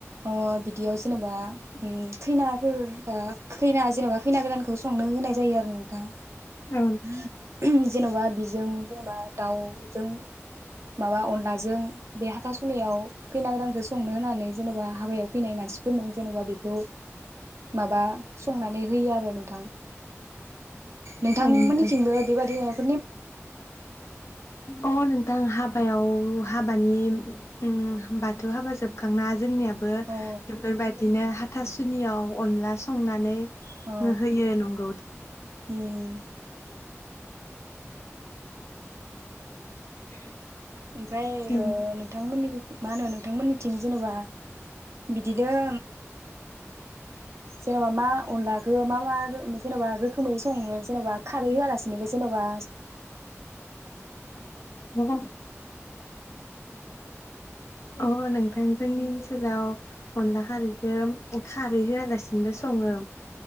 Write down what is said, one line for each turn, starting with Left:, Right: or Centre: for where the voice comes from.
Right: ओ बिदियाव जेनेबा उ खैनाफोरा खैना जेनेबा खैना गोदानखौ संनो होनाय जायो आरो नोंथां
Left: औ
Right: <inaudible> जेन'बा बिजों जेनेबा दाउजों माबा अनलाजों बे हाथा सुनियाव खैना गोदानखौ संनो होनानै जेन'बा हाबायाव फैनाय मानसिफोरनो जेन'बा बि बेखौ माबा संनानै होयो आरो नोंथां नोंथांमोननिथिंबो
Left: औ नोंथां
Right: एब
Left: अ नोंथां हाब बायाव हाबानि उ बाथौ हाबा जोबखांना जोंनिया बो
Right: अ
Left: बेफोरबायदिनो हा हाथासुनियाव अनला संनानै
Right: अ
Left: होयो नंगौ
Right: उम
Left: <inaudible>
Right: ओमफ्राय
Left: नों
Right: ओ नोंथांमोननि मा होनो नोंथांमोननिथिं जेनबा बिदिनो जेनेबा मा अनलाखौ मा मा जेनेबा रोखोमै सङो जेनेबा खारै होआलासिनोबो जेनेबा
Left: म <unintelligible> अ नोंथां जोंनि ओनसोलाव अनला खारैखौ खारै होआलासिनोबो सङो